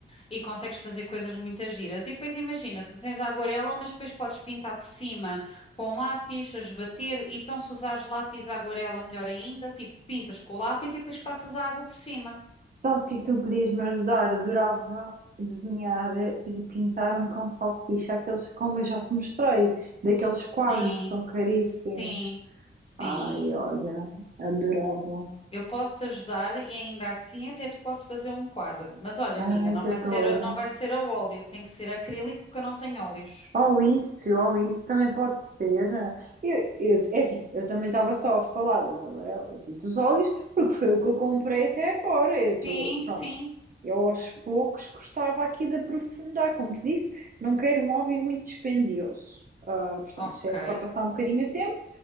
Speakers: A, on the left; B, on the right.
A: E consegues fazer coisas muito giras. E depois imagina, tu tens a aguarela, mas depois podes pintar por cima com lápis, a esbater, e então se usares lápis à aguarela, melhor ainda, tipo, pintas com o lápis e depois passas a água por cima.
B: Sabes o que é que tu podias me ajudar? Adorava desenhar e pintar um cão salsicha, aqueles, como eu já te mostrei, daqueles quadros
A: Sim,
B: que são caríssimos.
A: sim, sim.
B: Ai, olha, adorava.
A: Eu posso te ajudar e ainda assim até te posso fazer um quadro. Mas olha, amiga,
B: Ai,
A: não vai
B: adoro.
A: ser, a- não vai ser a óleo, tem que ser acrílico porque eu não tenho óleos.
B: Ou isso, ou isso também pode ser. eh, Eu, eu- é assim, eu também estava só a falar das amarelas e dos óleos, porque foi o que eu comprei até agora. Eu estou,
A: Sim, sim.
B: pronto, eu aos poucos gostava aqui de aprofundar, como te disse, não quero um hobby muito dispendioso. Ah, portanto,
A: Ok.
B: isto é para passar um bocadinho o tempo,